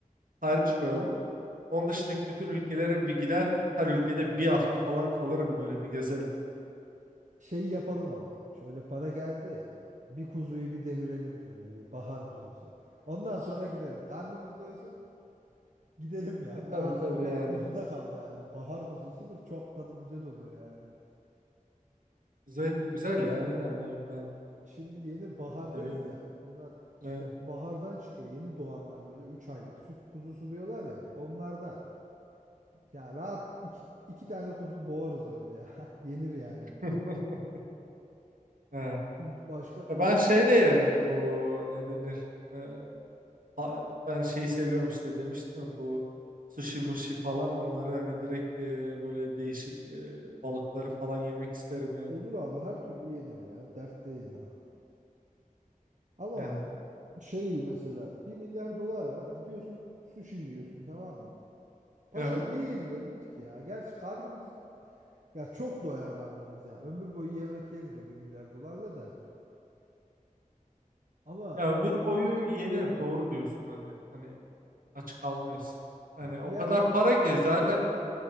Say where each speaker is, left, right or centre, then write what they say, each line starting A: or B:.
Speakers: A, on the right; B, on the right.
A: hariç koyalım. Onun dışındaki bütün ülkelere bir gider her ülkede bir hafta falan kalırım böyle bir gezerim.
B: Şey yapalım ama. Şöyle para geldi ya. Bir kuzuyu bir devirelim şöyle bir bahar kuzusu. Ondan sonra gideriz. Karnımız doysun. Gidelim ya.
A: E tabii
B: Ben aklım
A: tabii
B: bak
A: yani.
B: kuzuda kaldı hala. Bahar kuzusudur. Çok tadı güzel oluyor yani.
A: Kuzey eti güzel ya yani ben
B: Şimdi yeni bahardayız
A: seviyorum.
B: ya. Bunlar işte
A: Evet.
B: bahardan çıkıyor. Yeni doğanlar böyle 3 aylık süt kuzusu diyorlar ya. Onlardan. Ya rahat iki, iki tane kuzu boğarız öyle ya. <laughs> Yenir yani.
A: <laughs> Ee,
B: Başka
A: Ya Ben
B: A-
A: şey de yerim bu ne denir? Ee, a- ben şeyi seviyorum işte demiştim ya bu sushi mushi falan onları hani direkt e, böyle değişik e, balıkları falan yemek isterim yani.
B: olur abi her türlü yenir ya. Dert değil ha. Ama
A: Ya,
B: şey mesela bir milyar dolar var. Gidiyorsun sushi yiyorsun tamam mı? Başka
A: evet.
B: ne yenilebilir ki ya? Gerçi karnımız Ya çok doyar karnımız ya. Ömür boyu yemek yeriz o 1 milyar dolarla da. Ama
A: Ya ömür boyu yenir doğru diyorsun hani. Hani aç kalmayız. Hani
B: ya bir
A: o
B: yerden
A: kadar para
B: so-
A: ki zaten